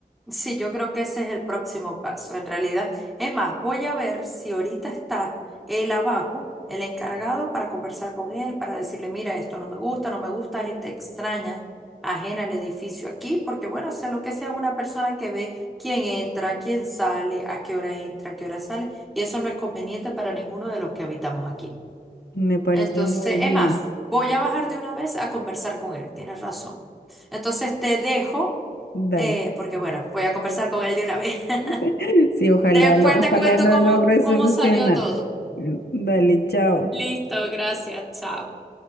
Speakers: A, in the centre; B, on the left (about 85°).
A: Sí, yo creo que ese es el próximo paso. En realidad, es más, voy a ver si ahorita está él abajo, el encargado, para conversar con él, para decirle, mira, esto no me gusta, no me gusta, gente extraña, ajena al edificio aquí, porque bueno, sea lo que sea, es una persona que ve quién entra, quién sale, a qué hora entra, a qué hora sale, y eso no es conveniente para ninguno de los que habitamos aquí.
B: Me parece
A: Entonces,
B: muy bien.
A: es más, voy a bajar de una vez a conversar con él, tienes razón. Entonces te dejo,
B: Dale.
A: eh, porque bueno, voy a conversar con él de una vez.
B: <laughs> Sí,
A: <laughs>
B: ojalá
A: Después
B: lo, ojalá
A: te cuento
B: lo
A: cómo,
B: logre
A: cómo
B: solucionar.
A: salió todo.
B: Mm, Dale, chao.
A: Listo, gracias, chao.